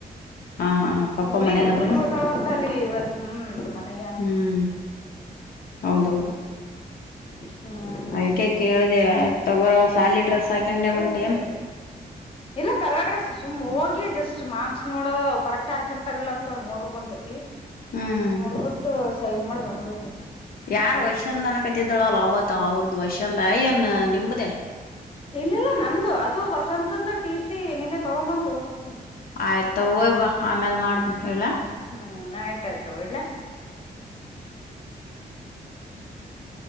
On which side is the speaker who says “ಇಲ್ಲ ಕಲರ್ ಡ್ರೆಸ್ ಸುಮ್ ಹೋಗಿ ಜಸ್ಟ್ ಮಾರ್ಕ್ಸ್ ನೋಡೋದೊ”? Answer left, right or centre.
Left